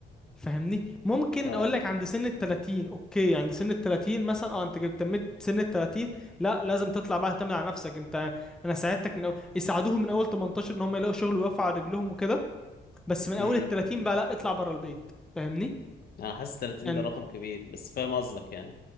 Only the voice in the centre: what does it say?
فاهمني ممكن
اقول لك عند سن ال 30 اوكي عند سن ال 30 مثلا اه انت جبت- تميت سن ال 30 لا لازم تطلع بقى تعتمد على نفسك انت انا ساعدتك من اول يساعدوهم من اول 18 ان هم يلاقوا شغل ويقفوا على رجلهم وكده بس من اول
ال 30 بقى لا اطلع بره البيت فاهمني
يعني